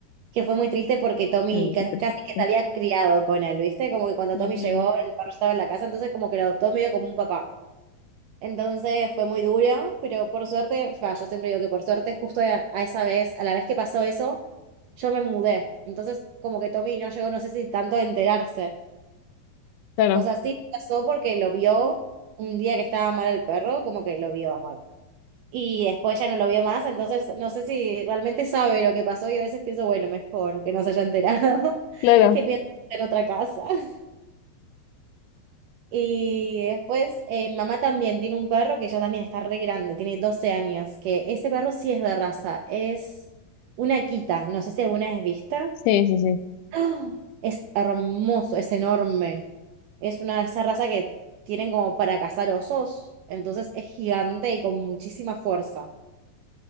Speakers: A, on the right; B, on the left.
A: que fue muy triste porque Tommy
B: Mm,
A: ca-
B: qué triste,
A: casi que
B: sí.
A: se había criado con él, ¿viste? Como que cuando
B: Ujú.
A: Tommy llegó, el perro estaba en la casa, entonces como que lo adoptó medio como un papá. Entonces fue muy duro, pero por suerte, va, yo siempre digo que por suerte, justo a, a esa vez, a la vez que pasó eso, yo me mudé. Entonces como que Tommy no llegó, no sé si tanto a enterarse.
B: Claro,
A: O sea, sí pasó porque lo vio un día que estaba mal el perro, como que lo vio mal. Y después ya no lo vio más, entonces no sé si realmente sabe lo que pasó y a veces pienso, bueno, mejor que no se haya enterado, <laughs>
B: claro,
A: que piense en otra casa. <laughs> Y después, eh, mamá también tiene un perro que ya también está re grande, tiene 12 años, que ese perro sí es de raza, es una quita, no sé si alguna vez vista.
B: sí, sí, sí,
A: ¡Ah! Es hermoso, es enorme. Es una de esas razas que tienen como para cazar osos, entonces es gigante y con muchísima fuerza.